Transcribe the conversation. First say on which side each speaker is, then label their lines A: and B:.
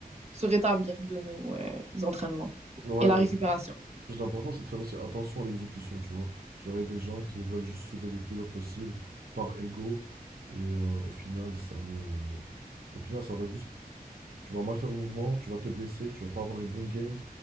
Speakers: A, on the right; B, on the right.
A: se rétablir de nos euh, entraînements
B: Ouais,
A: et la
B: vas
A: récupération.
B: plus important, c'est de faire aussi attention à l'exécution, tu vois. Genre, il y a des gens qui veulent juste soulever le plus lourd possible par ego, et euh, au final, ça ne... Au final, ça va juste... Tu vas mal faire le mouvement, tu vas te blesser, tu vas pas avoir les bons gains,